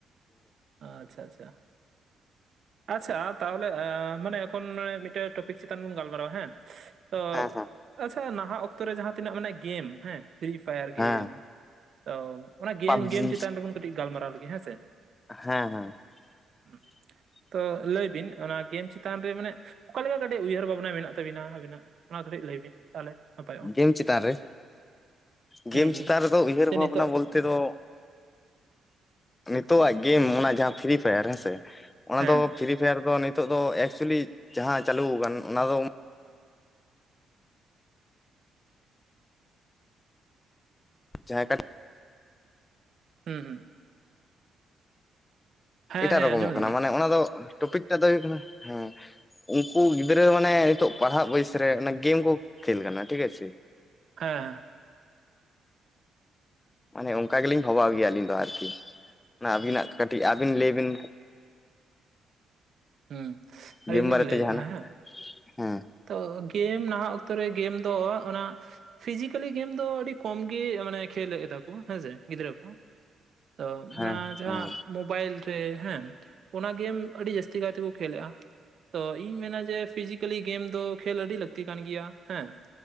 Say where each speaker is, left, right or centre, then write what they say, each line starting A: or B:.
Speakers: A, on the right; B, on the left.
A: ᱟᱪᱪᱷᱟ ᱟᱪᱪᱷᱟ᱾ ᱟᱪᱪᱷᱟ ᱛᱟᱦᱚᱞᱮ ᱢᱟᱱᱮ ᱮᱠᱷᱚᱱ ᱢᱤᱫᱴᱮᱱ ᱴᱚᱯᱤᱠ ᱪᱮᱛᱟᱱ ᱵᱚᱱ ᱜᱟᱞᱢᱟᱨᱟᱣ-ᱟ ᱦᱮᱸ, ᱛᱚ
B: ᱦᱮᱸ ᱦᱮᱸ
A: ᱟᱪᱪᱷᱟ ᱱᱟᱦᱟᱜ ᱚᱠᱛᱚ ᱨᱮ ᱡᱟᱦᱟᱸ ᱛᱤᱱᱟᱹᱜ ᱱᱟᱸᱜ ᱜᱮᱢ ᱦᱮᱸ ᱯᱷᱨᱤ ᱯᱷᱟᱭᱟᱨ
B: ᱦᱮᱸ
A: ᱜᱮᱢ, ᱛᱚ ᱚᱱᱟ ᱜᱮᱢ
B: ᱯᱟᱵᱡᱤ
A: ᱜᱮᱢ ᱪᱮᱛᱟᱱ ᱨᱮᱵᱚᱱ ᱠᱟᱹᱴᱤᱡ ᱜᱟᱞᱢᱟᱨᱟᱣ ᱞᱮᱜᱮ ᱦᱮᱸ ᱥᱮ᱾
B: ᱦᱮᱸ ᱦᱮᱸ, <unintelligible>
A: ᱦᱩᱸ ᱛᱚ ᱞᱟᱹᱭ ᱵᱤᱱ ᱚᱱᱟ ᱜᱮᱢ ᱪᱮᱛᱟᱱ ᱨᱮ ᱢᱟᱱᱮ ᱚᱠᱟ ᱞᱮᱠᱟ ᱠᱟᱹᱴᱤᱡ ᱩᱭᱦᱟᱹᱨ ᱵᱷᱟᱵᱱᱟ ᱢᱮᱱᱟᱜ ᱛᱟᱵᱤᱱᱟ ᱟᱵᱤᱱᱟᱜ ᱚᱱᱟ ᱠᱟᱹᱴᱤᱡ ᱞᱟᱹᱭ ᱵᱤᱱ ᱛᱟᱦᱚᱞᱮ? ᱱᱟᱯᱟᱭᱚᱜᱼᱟ
B: ᱜᱮᱢ ᱪᱮᱛᱟᱱ ᱨᱮ ᱜᱮᱢ
A: ᱦᱩᱸ
B: ᱪᱮᱛᱟᱱ
A: ᱦᱩᱸ
B: ᱨᱮᱫᱚ ᱩᱭᱦᱟᱹᱨ
A: ᱡᱮ
B: ᱵᱷᱟᱵᱱᱟ
A: ᱱᱤᱛᱚᱜ
B: ᱵᱚᱞᱛᱮ ᱛᱮᱫᱚ ᱱᱤᱛᱚᱜ ᱟᱜ ᱜᱮᱢ ᱚᱱᱟ ᱡᱟᱦᱟᱸ ᱯᱷᱤᱨᱤ ᱯᱷᱟᱭᱟᱨ ᱦᱮᱸᱥᱮ, ᱚᱱᱟ
A: ᱦᱮᱸ
B: ᱫᱚ ᱯᱷᱤᱨᱤ ᱯᱷᱟᱭᱟᱨ ᱫᱚ ᱱᱤᱛᱚᱜ ᱫᱚ ᱮᱠᱪᱮᱞᱤ ᱡᱟᱦᱟᱸ ᱪᱟᱹᱞᱩ ᱟᱠᱟᱱ ᱚᱱᱟ ᱫᱚ ᱡᱟᱦᱟᱸᱭ
A: ᱦᱩᱸ ᱦᱩᱸ, ᱦᱮᱸ
B: ᱮᱴᱟᱜ
A: ᱦᱮᱸ
B: ᱨᱚᱠᱚᱢᱚᱜ
A: ᱟᱸᱡᱚᱢ
B: ᱠᱟᱱᱟ
A: ᱫᱟᱞᱤᱧ
B: ᱢᱟᱱᱮ ᱚᱱᱟ ᱫᱚ ᱴᱚᱯᱤᱠ ᱴᱟᱜ ᱫᱚ ᱦᱩᱭᱩᱜ ᱠᱟᱱᱟ ᱦᱮᱸ ᱩᱱᱠᱩ ᱜᱤᱫᱽᱨᱟᱹ ᱢᱟᱱᱮ ᱱᱤᱛᱚᱜ ᱯᱟᱲᱦᱟᱜ ᱵᱚᱭᱮᱥ ᱨᱮ ᱜᱮᱢ ᱠᱚ ᱠᱷᱮᱞ ᱠᱟᱱᱟ ᱴᱷᱤᱠ ᱟᱪᱷᱮ,
A: ᱦᱮᱸ,
B: ᱢᱟᱱᱮ ᱚᱱᱠᱟ ᱜᱮᱞᱤᱧ ᱵᱷᱟᱵᱟᱣ ᱜᱮᱭᱟ ᱟᱹᱞᱤᱧ ᱫᱚ ᱟᱨᱠᱤ᱾ ᱚᱱᱟ ᱟᱹᱵᱤᱱᱟᱜ ᱠᱟᱹᱴᱤᱡ ᱟᱹᱵᱤᱱ ᱞᱟᱹᱭ ᱵᱤᱱ
A: ᱦᱩᱸ ᱟᱹᱞᱤᱧ
B: ᱜᱮᱢ
A: ᱞᱤᱧ
B: ᱵᱟᱨᱮᱛᱮ
A: ᱞᱟᱹᱭᱮᱜᱼᱟ
B: ᱡᱟᱦᱟᱱᱟᱜ?
A: ᱦᱮᱸ
B: ᱦᱮᱸ
A: ᱛᱚ ᱜᱮᱢ ᱱᱟᱦᱟᱜ ᱚᱠᱛᱚᱨ ᱨᱮ ᱜᱮᱢ ᱫᱚ ᱚᱱᱟ ᱯᱷᱤᱡᱤᱠᱮᱞᱤ ᱜᱮᱢ ᱫᱚ ᱟᱹᱰᱤ ᱠᱚᱢ ᱜᱮ ᱢᱟᱱᱮ ᱠᱷᱮᱞᱫᱟ ᱠᱚ ᱦᱮᱸᱥᱮ ᱜᱤᱫᱽᱨᱟᱹ ᱠᱚ, ᱛᱚ
B: ᱦᱮᱸ
A: ᱚᱱᱟ ᱡᱟᱦᱟᱸ
B: ᱦᱮᱸ
A: ᱢᱳᱵᱟᱭᱤᱞ ᱨᱮ ᱦᱮᱸ ᱚᱱᱟ ᱜᱮᱢ ᱟᱹᱰᱤ ᱡᱟᱹᱥᱛᱤ ᱠᱟᱭ ᱛᱮᱠᱚ ᱠᱷᱮᱞᱮᱟ᱾ ᱛᱚ ᱤᱧ ᱢᱮᱱᱟ ᱡᱮ ᱯᱷᱤᱡᱤᱠᱮᱞᱤ ᱜᱮᱢ ᱫᱚ ᱠᱷᱮᱞ ᱟᱹᱰᱤ ᱞᱟᱹᱠᱛᱤ ᱠᱟᱱ ᱜᱮᱭᱟ ᱦᱮᱸ